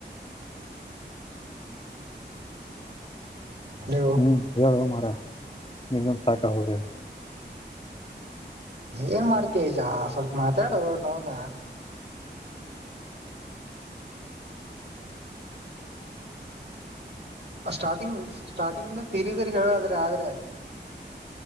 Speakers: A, on the right; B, on the left.
A: ನೀವು
B: ಹ್ಮ್ ಹೇಳುವ ಮರ ಇಂದೊಂದ ಸಾಕ ಹೋಗನು.
A: ಏನ್ ಮಾಡ್ತಯಜಾ ಸ್ವಲ್ಪ ಮಾತಾಡು ನೋನ. ಸ್ಟಾರ್ಟಿಂಗ್ ಸ್ಟಾರ್ಟಿಂಗ್ ಸೀರೀಸ್ಲ್ಹೇಳುವದ್ರೆ ಆದ್ರೆ.